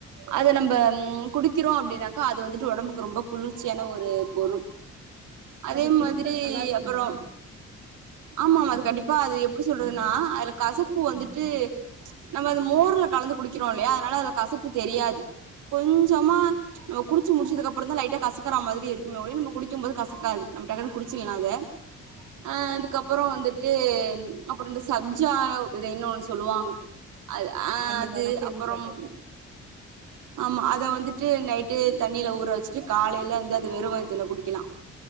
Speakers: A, on the right; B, on the right.
A: அத நம்ப குடிக்கிறோ அப்டின்னாக்கா அது வந்துட்டு ஒடம்புக்கு ரொம்ப குளிர்ச்சியான ஒரு பொருள் அதே
B: அது குடிச்சா
A: மாதிரி
B: நல்லா இருக்குமா
A: அப்றோம் ஆமா அது கண்டிப்பா அது எப்டி சொல்றதுன்னா அதுல கசப்பு வந்துட்டு ம்ச் நம்ப மோர்ல கலந்து குடிக்கிறோ இல்லையா அதனால அதுல கசப்பு தெரியாது கொஞ்ஜமா ம்ச் நம்ப குடிச்சி முடிச்சதுக்கப்றோ தா லைட்டா கசக்கற மாதிரி இருக்குமே ஒழிய நம்ப குடிக்க போது கசக்காது நம்ப டக்னு குடிச்சிலா அத அ அதுக்கப்றோ வந்துட்டு அப்றோ இந்த சப்ஜா விதை ஒன்னு சொல்வாங்க அத அ
B: கண்டிப்பா
A: அது
B: நா கேள்விப்பட்ருக்கே
A: அப்பறொம் ஆமா அத வந்துட்டு நைட்டு தண்ணில ஊற வெச்சுட்டு காலைல வந்து அது வெறுவயித்துல குடிக்கிலா